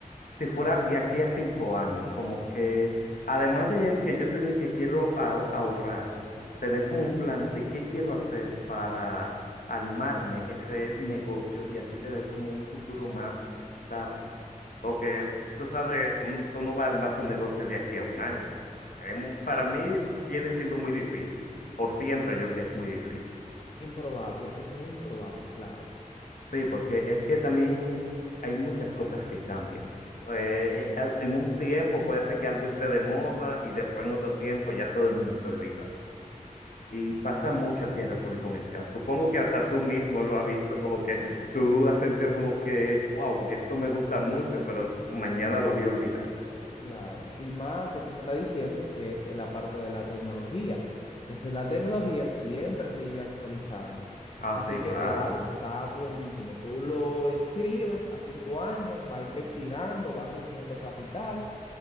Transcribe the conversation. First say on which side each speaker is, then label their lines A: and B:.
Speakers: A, on the left (about 70°); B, on the left (about 40°).
A: si fuera de aquí a cinco años, como que, además de que yo te dije que quiero a- ahorrar, tener como un plan de qué quiero hacer para armarme ese negocio y así tener como un futuro más estable. Porque tú sabes, un, tú no vas a armar tu negocio de aquí a un año. Es un- para mí viene siendo muy difícil, o siento yo que es muy difícil.
B: Improbable, es muy improbable, claro.
A: Sí, porque es que también hay muchas cosas que cambian. Eh, eh, al- en un tiempo puede ser que algo esté de moda y después en otro tiempo ya todo el mundo se olvida. Y pasa mucho aquí en República Dominicana. Supongo que hasta tú mismo lo has visto, como que tú has sentido como que, wow, esto me gusta mucho, pero mañana lo voy a olvidar.
B: Claro, y más que tú me estás diciendo que es la parte de la tecnología. Entonces, la tecnología siempre se vive actualizando.
A: Ah,
B: Así
A: sí,
B: que,
A: claro.
B: claro, está buenísimo. Tú lo escribes a cinco años, va investigando, va reuniendo capital